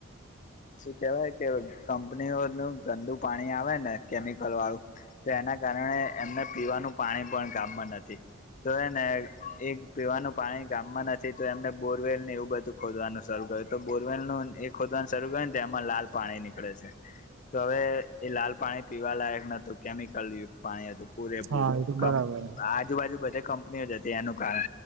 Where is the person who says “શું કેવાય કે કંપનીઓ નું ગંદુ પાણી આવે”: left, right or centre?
Left